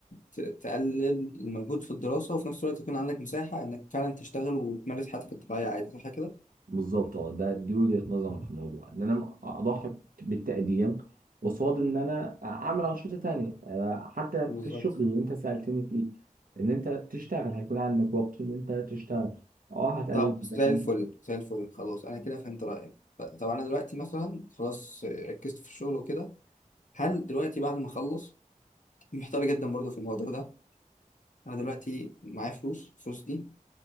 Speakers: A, on the left (about 65°); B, on the right (about 85°).
A: ت- تقلل المجهود في الدراسه وفي نفس الوقت يكون عندك مساحه انك فعلا تشتغل وتمارس حياتك الطبيعيه عادي صح كده
B: بالظبط اه ده دي وجهه نظري في الموضوع ان انا اضحي بالتقدير قصاد ان انا اعمل انشطه تانية آه، حتى
A: بالظبط
B: في الشغل اللي انت سالتني فيه ان انت تشتغل هيكون عندك وقت ان انت تشتغل اه هتقلل
A: طب
B: من
A: زي
B: سكن
A: الفل زي الفل خلاص انا كده فهمت رايك ف- طب انا دلوقتي مثلا خلاص ركزت في الشغل وكده هل دلوقتي بعد ما اخلص محتار جدا برضو في الموضوع ده انا دلوقتي معايا فلوس الفلوس دي